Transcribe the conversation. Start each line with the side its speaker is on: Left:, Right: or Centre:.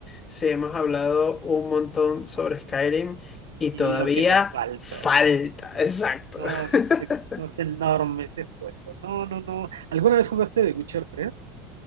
Left: sí, hemos hablado un montón sobre Skyrim y
Right: y
Left: todavía
Right: lo que nos falta.
Left: falta, exacto.
Right: No, es,
Left: <laughs>
Right: no es enorme ese juego. No, no, no. ¿Alguna vez jugaste The Witcher tres